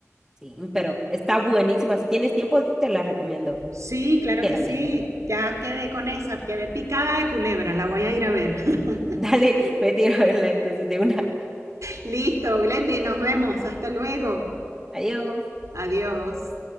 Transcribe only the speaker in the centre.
Sí, pero está buenísima. Si tienes tiempo, te la recomiendo
que
la
mires.
Dale, <laughs> vete a ir a verla entonces de una.
Adiós.